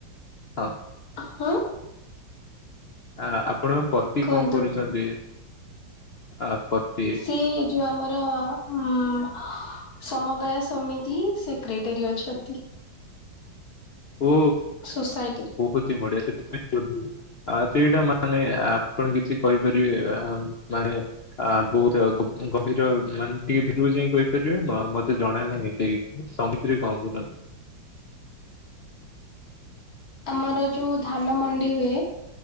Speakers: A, on the left; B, on the left.
A: ହ।
B: ହଁ
A: ଆ ଆପଣଙ୍କ ପତି
B: କୁହନ୍ତୁ।
A: କଣ କରୁଛନ୍ତି ଆ ପତି?
B: ସେ ଯୋଉ ଆମର ଉଁ ସମବାୟ ସମିତି ସେକ୍ରେଟେରୀ ଅଛନ୍ତି।
A: ଓ।
B: ସୋସାଇଟିରେ।
A: ବହୁତି ବଢିଆ ସେ <unintelligible> ଆ ସେଇଟା ମାନେ ଆପଣ କିଛି କହିପାରିବେ ଆ ମାନେ ଆ ବହୁତ ଗଭିର ମାନେ ଟିକେ ଭିରକୁ ଯାଇ କହିପାରିବେ ମତେ ଜଣେ ନାହିଁ ସେଇ ସଂଗୀତିରେ କଣ କରନ୍ତି?
B: ଆମର ଯୋଉ ଧାନ ମଣ୍ଡି ହୁଏ,